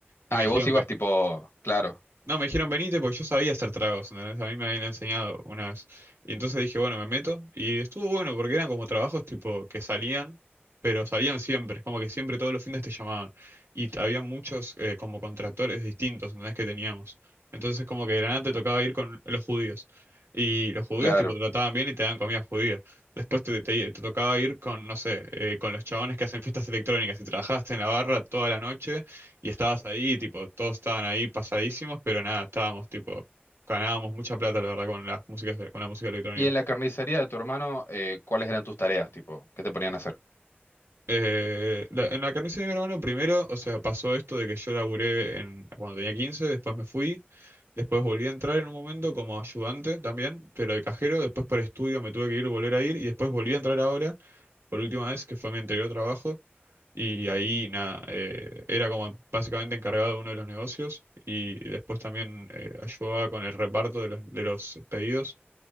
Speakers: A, on the right; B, on the left.
A: y
B: Ah,
A: me dijeron,
B: y vos ibas tipo, claro,
A: No, me dijeron venite porque yo sabía hacer tragos, ¿entendés? A mí me habían enseñado una vez. Y entonces dije, bueno, me meto. Y estuvo bueno porque eran como trabajos tipo que salían, pero salían siempre. Es como que siempre todos los fines te llamaban. Y t- había muchos eh, como contractores distintos, ¿entendés? Que teníamos. Entonces como que de la nada te tocaba ir con los judíos. Y los judíos
B: claro.
A: tipo te trataban bien y te daban comida judía. Después te, te- te tocaba ir con, no sé, eh, con los chabones que hacen fiestas electrónicas y trabajaste en la barra toda la noche y estabas ahí, tipo, todos estaban ahí pasadísimos, pero nada, estábamos, tipo, ganábamos mucha plata, la verdad, con las músicas, de- con la música electrónica.
B: Y en la carnicería de tu hermano, eh, ¿cuáles eran tus tareas, tipo? ¿Qué te ponían a hacer?
A: Eh, la- en la carnicería de mi hermano, primero, o sea, pasó esto de que yo laburé en, cuando tenía 15 después me fui, después volví a entrar en un momento como ayudante también, pero de cajero, después por estudio me tuve que ir, volver a ir, y después volví a entrar ahora, por última vez, que fue mi anterior trabajo. Y ahí, nada, eh, era como básicamente encargado de uno de los negocios y después también eh, ayudaba con el reparto de los, de los pedidos.